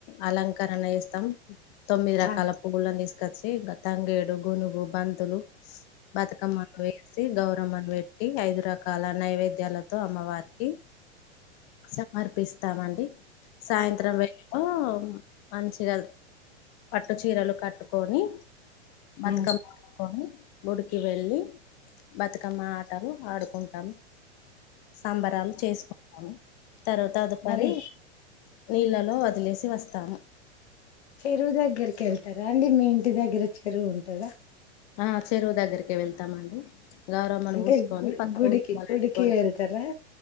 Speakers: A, on the left (about 35°); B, on the left (about 70°).
A: అలంకరణ చేస్థాం తొమ్మిది రకాల
B: ఆ
A: పవ్వులను తీసు తీసుకొచ్చి తంగేడు గునుగు బంతులు బతుకమ్మను గౌరమ్మను పెట్టి ఐదు రకాల నైవేద్యాలతో అమ్మవారికి సమర్పిస్తా స్తామండి సాయంత్రం <unintelligible> మంచిగా పట్టు చీరలు కట్టుకొని బతుకమ్మ
B: ఆ
A: పట్కొని గుడికి వెళ్ళి బతుకమ్మ ఆటలు ఆడుకుంటాం సాంబరాలు చేసుకుంటాం తరువాత అదుపరి
B: మరి
A: నీళ్ళలో వదిలేసి వస్తాము
B: చెరువు దగ్గరికి వెళ్తారా అండి మీ ఇంటి దగ్గర చెరువు ఉంటందా
A: ఆ చెరువు దగ్గరికి వెళ్తామండి గౌరమ్మని
B: అంటే
A: పూసుకొని
B: గు
A: పసుపు
B: గుడికి
A: కుంకుమ
B: గుడికి
A: పెట్టుకొని
B: వెళ్తారా